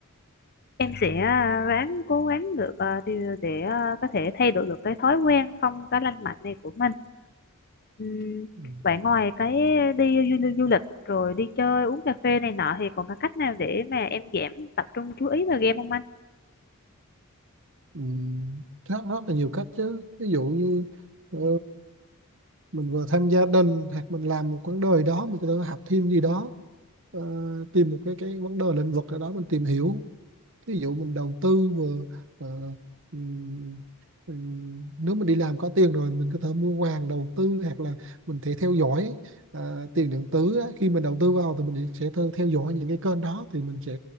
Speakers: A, on the left; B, on the right.
A: em sẽ à, ráng cố gắng được à, đi- để à, có thể thay đổi được cái thói quen không có lành mạnh này của mình Ừm,
B: ừ.
A: Vậy ngoài cái đi du, du lịch rồi đi chơi uống cà phê này nọ thì còn có cách nào để mà em giảm tập trung chú ý vào game không anh?
B: Ừ. rất rất là nhiều cách chứ ví dụ như ờ, mình vừa tham gia đình hoặc mình làm một vấn đề đó mình có thể học thêm gì đó Ờ, tìm một cái cái vấn đề lĩnh vực ở đó mình tìm hiểu ví dụ mình đầu tư vừa ờ, ừm, ừm, nếu mình đi làm có tiền rồi mình có thể mua vàng đầu tư hoặc là mình thể theo dõi ờ, tiền điện tử á. khi mình đầu tư vào thì mình sẽ theo, theo dõi những cái kênh đó thì mình sẽ